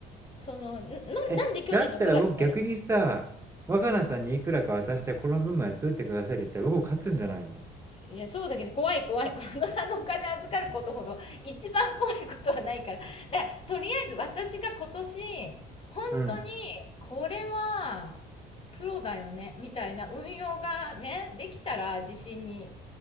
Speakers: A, on the left; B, on the right.
A: その、な、なんで去年の9月から、
B: え、だったら僕逆にさ、若菜さんにいくらか渡してこの分もやっといてくださいって言ったら僕も勝つんじゃないの
A: うん。いや、そうだけど、怖い怖い。<laughs> このさんのお金預かることほど、一番怖いことはないから。だから、とりあえず私が今年、本当に、
B: うん。
A: これは、プロだよね、みたいな運用がね、できたら自信に